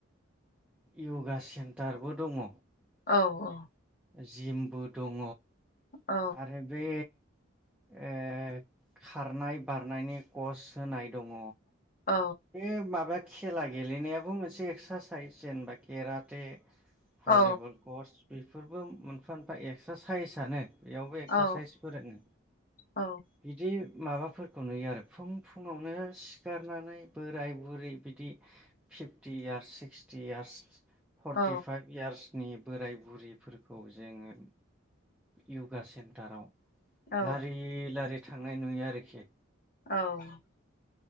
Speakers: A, in the centre; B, on the left.
A: यगा सेन्टारबो दङ।
B: औ औ
A: जिमबो दङ।
B: औ
A: आरो बे ओ खारनाय बारनायनि कच होनाय दङ।
B: औ
A: बे माबा कि खेला गेलेनायाबो मोनसे एक्सारसाइस जेनेबा केराटे भलिबल
B: औ
A: कच बेफोरबो मोनफा मोनफा एक्सारसाइसआनो। बेयावबो एक्सारसाइस
B: औ
A: फोरोङो।
B: औ
A: बिदि माबाफोरखौ नुयो आरो फुं फुङावनो सिखारनानै बोराय बुरै बिदि फिफ्टियार सिक्स थिइयार्स फरटि
B: औ
A: फाइभ इयार्स नि बोराय बुरिफोरखौ जोङो यगा सेन्टाराव
B: औ
A: लारि लारि थांनाय नुयो आरोखि।
B: औ